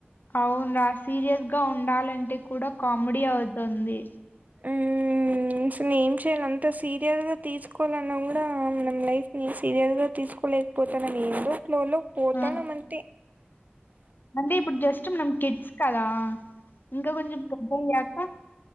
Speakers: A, on the left; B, on the right.
A: అవును రా సీరియస్ గా ఉండాలంటే కూడా కామెడీ అవుతుంది
B: ఉమ్ అసలు ఏం చేయాల అంత సీరియస్ గా తీసుకోవాలన్నా కూడా మనం లైఫ్ ని సీరియస్ గా తీసుకోలేకపోతాన ఏందో ఫ్లోలో పోతున్నాం
A: ఆ
B: అంతే
A: అంటే ఇప్పుడు జస్ట్ కెడ్స్కాదా ఇం కొంచం పెద్ద్యాక